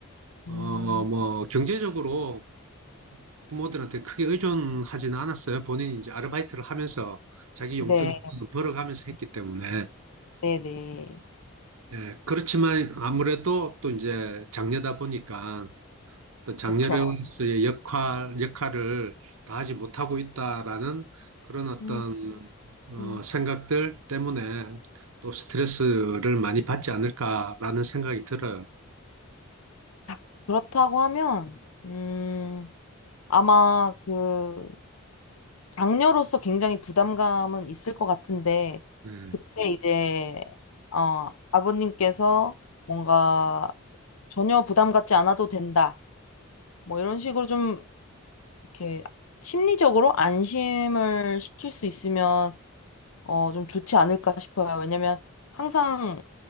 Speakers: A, on the right; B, on the left.
A: 어,
B: 음,
A: 뭐 경제적으로 부모들한테 크게 의존하지는 않았어요. 본인이 이제 아르바이트를 하면서 자기
B: 네.
A: 용돈 정도는 벌어가면서 했기 때문에.
B: 네, 네.
A: 예, 그렇지만 아무래도 또 이제 장녀다 보니까 어떤 장녀로서의
B: 그쵸.
A: 역할, 역할을 다하지 못하고 있다라는 그런 어떤
B: 음,
A: 어,
B: 음.
A: 생각들 때문에 또 스트레스를 많이 받지 않을까라는 생각이 들어요.
B: 아, 그렇다고 하면, 음, 아마 그 장녀로서 굉장히 부담감은 있을 것 같은데,
A: 네,
B: 그때 이제, 어, 아버님께서 뭔가 전혀 부담 갖지 않아도 된다. 뭐 이런 식으로 좀 이렇게 심리적으로 안심을 시킬 수 있으면, 어, 좀 좋지 않을까 싶어요. 왜냐면 항상